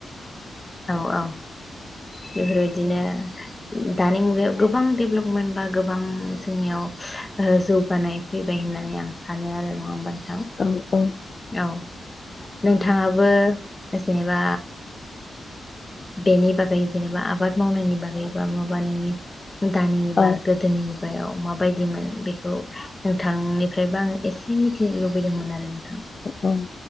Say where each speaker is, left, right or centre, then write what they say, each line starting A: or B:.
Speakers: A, on the left; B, on the left.
A: औ औ बेफोरबायदिनो दानि मुगायाव गोबां डेभलपमेन्ट बा गोबां जोंनियाव ओ जौगानाय फैबाय होननानै आं सानो आरो नङा होमबानो
B: औ औ
A: औ नोंथाङाबो जेनोबा बेनि बागै जेनेबा आबाद मावनायनि बागैबा माबा नोंनि दानि
B: औ
A: बा गोदोनि गायाव मा बायदिमोन बेखौ नोंथांनिफ्रायबो आङो एसे मिथिनो लुबैदोंमोन आरो नोंथां
B: औ